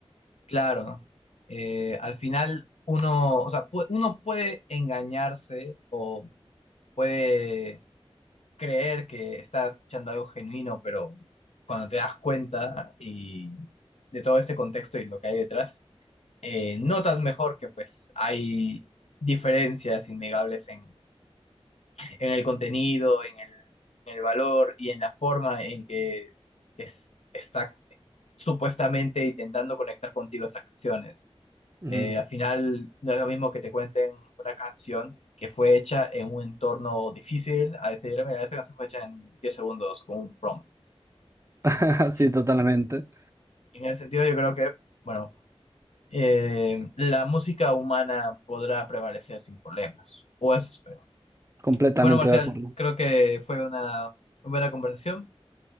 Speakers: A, on the left; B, on the right.
A: Claro, eh, al final uno, o sea, pu- uno puede engañarse o puede creer que está escuchando algo genuino, pero cuando te das cuenta y de todo este contexto y lo que hay detrás, eh, notas mejor que pues hay diferencias innegables en, en el contenido, en el, en el valor y en la forma en que es, está supuestamente intentando conectar contigo esas canciones.
B: Ujú.
A: Eh, al final no es lo mismo que te cuenten una canción que fue hecha en un entorno difícil a decir, mira, esta canción fue hecha en 10 segundos con un prompt.
B: <laughs>
A: Sí,
B: Sí, totalmente.
A: en ese sentido yo creo que, bueno, eh, la música humana podrá prevalecer sin problemas, o eso espero.
B: Completamente
A: Bueno, Marcial,
B: de acuerdo.
A: creo que fue una, buena conversación.